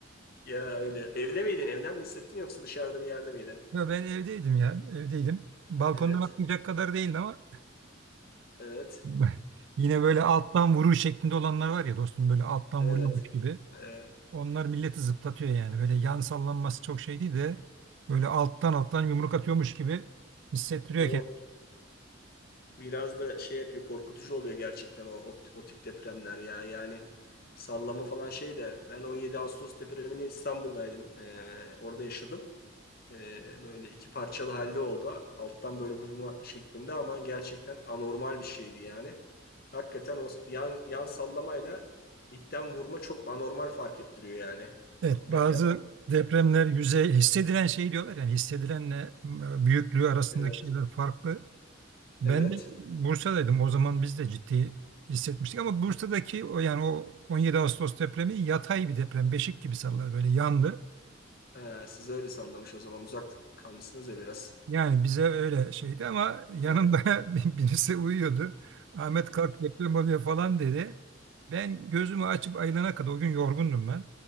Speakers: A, on the left; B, on the right.
A: Ya öyle. Evde miydin? Evden mi hissettin yoksa dışarıda bir yerde miydin?
B: Ya ben evdeydim ya evdeydim. Balkondan
A: Evet.
B: atlayacak kadar değildi ama
A: Evet.
B: <laughs> yine böyle alttan vuruş şeklinde olanlar var ya dostum böyle alttan
A: Evet.
B: vuruyormuş gibi.
A: Evet.
B: Onlar milleti zıplatıyor yani. Böyle yan sallanması çok şey değil de böyle alttan alttan yumruk atıyormuş gibi hissettiriyor
A: O
B: kendini.
A: biraz da şey yapıyor, korkutucu oluyor gerçekten o, o, o tip depremler ya. Yani sallama falan şey de ben 17 Ağustos depremini İstanbul'daydım. Ee, orada yaşadım. Ee, böyle iki parçalı halde oldu. Alttan böyle vurma şeklinde ama gerçekten anormal bir şeydi yani. Hakikaten o yan, yan sallamayla dipten vurma çok anormal fark ettiriyor yani
B: Evet,
A: o
B: bazı
A: deprem.
B: depremler yüzey hissedilen şey diyorlar yani hissedilenle m, büyüklüğü arasındaki
A: Evet.
B: şeyler farklı. Ben
A: Evet.
B: de Bursa'daydım. O zaman biz de ciddi hissetmiştik ama Bursa'daki o yani o 17 Ağustos depremi yatay bir deprem, beşik gibi sallar böyle yandı.
A: Ee, siz öyle sallamış o zaman uzak kalmışsınız ya biraz.
B: Yani bize öyle şeydi ama yanımda
A: Evet.
B: <laughs> bir- birisi uyuyordu. Ahmet kalk deprem oluyor falan dedi. Ben gözümü açıp ayılana kadar o gün yorgundum ben.